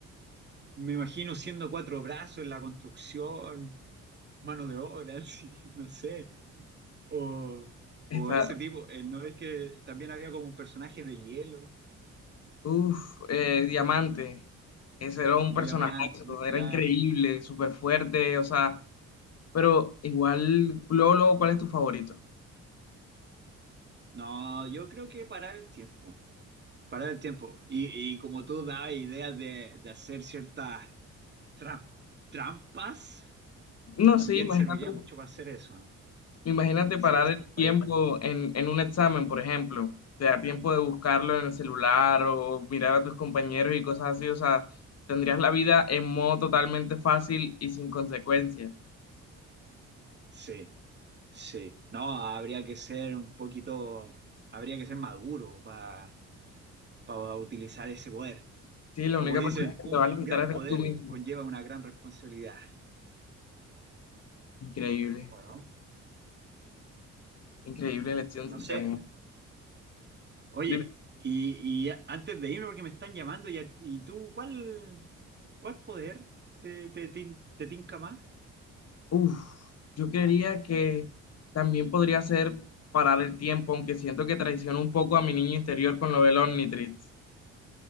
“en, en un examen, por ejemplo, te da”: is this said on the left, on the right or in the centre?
Left